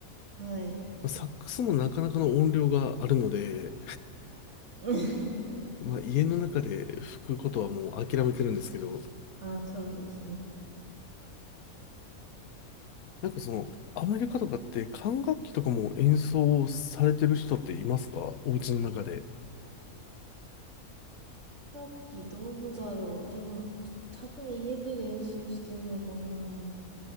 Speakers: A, on the right (about 55°); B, on the left (about 75°).
A: はい。
B: まあ、サックスもなかなかの音量があるので、
A: <laughs>
B: まあ、家の中で吹くことはもう諦めてるんですけど、
A: あ、そうなんですね。
B: なんかその、アメリカとかって管楽器とかも演奏されてる人っていますかお家の中で。
A: さっきどうだろう。でも、多分家で練習してんのかな。